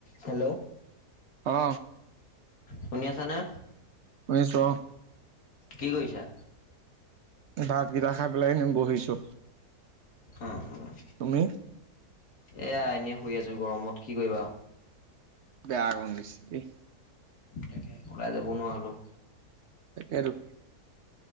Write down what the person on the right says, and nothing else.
অ
শুনিছোঁ অ'।
ভাত কেইটা খাই পেলাই বহিছো
তুমি
বেয়া কম গৈছে দেই
আৰু